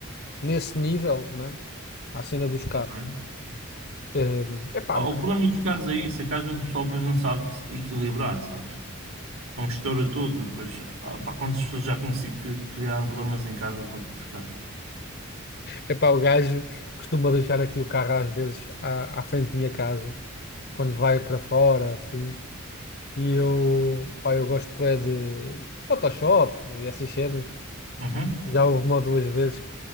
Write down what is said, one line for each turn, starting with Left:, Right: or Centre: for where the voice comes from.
Left: nesse nível, né? À cena dos carros.
Right: Ok.
Left: É, epá,
Right: Pá, o problema dos carros é isso, é que às vezes o pessoal depois não sabe se equilibrar, sabes? Não estoura tudo, depois, ah, pá, quantas pessoas já conheci que criaram problemas em casa por causa dos carros?
Left: Epá, o gajo costuma deixar aqui o carro às vezes à, à frente da minha casa, quando vai para fora, assim. E eu, pá, eu gosto bué de Photoshop e essas cenas.
Right: Uhum.
Left: Já houve uma ou duas vezes que,